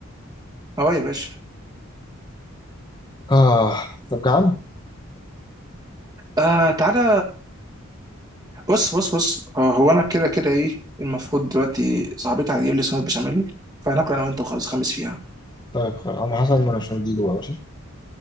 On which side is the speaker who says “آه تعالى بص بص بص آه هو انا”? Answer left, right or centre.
Right